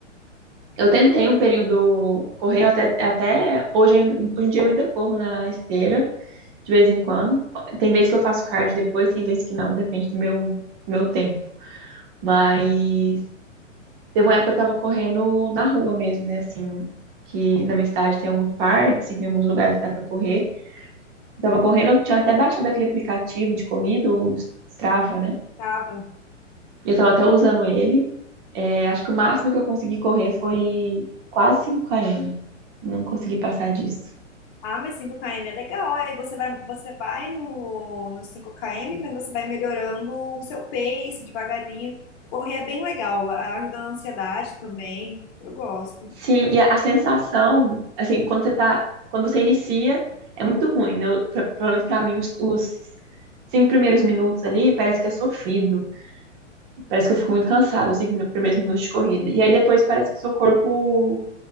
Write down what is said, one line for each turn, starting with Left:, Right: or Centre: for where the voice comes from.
Right: Eu tentei um período correr, até, até hoje, em- hoje em dia eu ainda corro na esteira, de vez em quando. Tem vezes que eu faço cardio depois, tem vezes que não, depende do meu, meu tempo. Mas teve uma época que eu tava correndo na rua mesmo, né? Assim, que na minha cidade tem alguns parques, e tem alguns lugares que dá pra correr. Eu tava correndo, eu tinha até baixado aquele aplicativo de corrida, o Strava, né?
Left: Tava.
Right: E eu tava até usando ele. É, acho que o máximo que eu consegui correr foi quase cinco km. Não consegui passar disso.
Left: Ah, mas cinco km é legal. Aí você vai, você vai no, no cinco km mas você vai melhorando o seu pace devagarinho. Correr é bem legal. a- Ajuda na ansiedade também. Eu gosto.
Right: Sim, e a, a sensação, assim, quando você tá, quando você inicia, é muito ruim, né? Eu- pra- Pelo menos pra mim, os, os cinco primeiros minutos ali, parece que é sofrido. Parece que eu fico muito cansado, os cinco minu- primeiros minutos de corrida. E aí depois parece que o seu corpo